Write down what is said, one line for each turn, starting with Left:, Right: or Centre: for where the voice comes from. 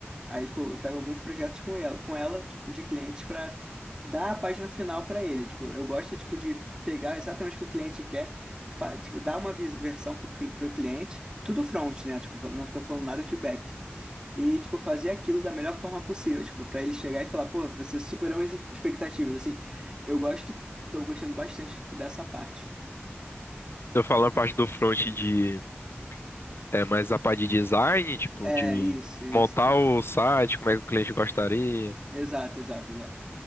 Right: Aí, tipo, eu pego alguns projetos com ela, com ela, tipo, de clientes para dar a página final para ele. Tipo, eu gosto, tipo, de pegar exatamente o que o cliente quer, fa- tipo, dar uma vis- versão pro, cli- pro cliente, tudo front, né? Tipo, não tô falando nada de back. E, tipo, fazer aquilo da melhor forma possível, tipo, para ele chegar e falar, pô, você superou as expectativas, assim. Eu gosto, tô gostando bastante tipo, dessa parte.
Left: Eu falando na parte do front de. É mais a parte de design, tipo,
Right: É,
Left: de
Right: isso, isso.
Left: montar o site, como é que o cliente gostaria.
Right: Exato, exato, exato.